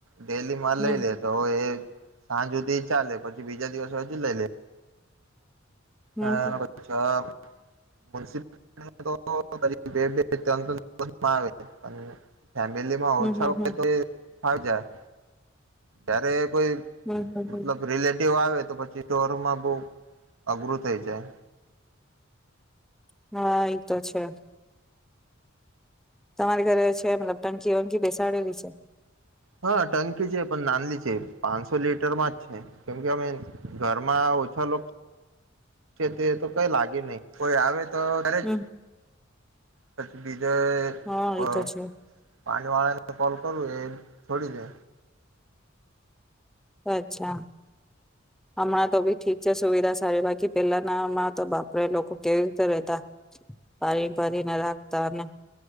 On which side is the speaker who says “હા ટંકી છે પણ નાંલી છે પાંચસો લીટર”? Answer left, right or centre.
Right